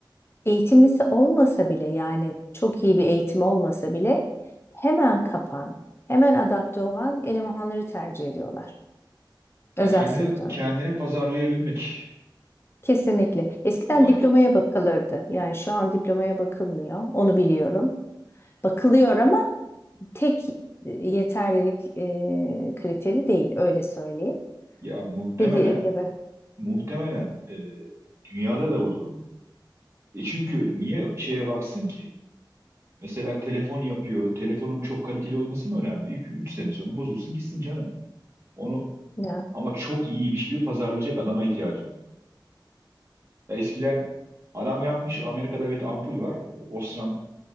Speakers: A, on the left; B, on the right.
A: eğitimlisi olmasa bile yani çok iyi bir eğitim olmasa bile hemen kapan, hemen adapte olan elemanları tercih ediyorlar özel
B: Ya kendini
A: sektörde.
B: kendini pazarlayabilmek
A: Kesinlikle. Eskiden
B: olay.
A: diplomaya bakılırdı. Yani şu an diplomaya bakılmıyor. Onu biliyorum. Bakılıyor ama tek e, yeterlilik e, kriteri değil. Öyle söyleyeyim.
B: Ya muhtemelen
A: Dediğin gibi.
B: muhtemelen e, dünyada da bu durum. E çünkü niye şeye baksın ki? Mesela telefon yapıyor. Telefonun çok kaliteli olması mı önemli? 2 üç sene sonra bozulsun gitsin canım. Onu
A: Ya.
B: ama çok iyiymiş gibi pazarlayacak adama ihtiyacı var. Ya eskiden adam yapmış Amerika'da bir ampul var. E, Osram